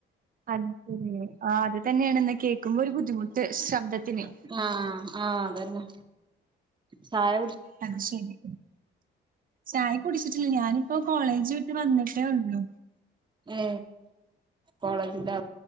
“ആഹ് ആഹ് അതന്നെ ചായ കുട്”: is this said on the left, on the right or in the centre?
Right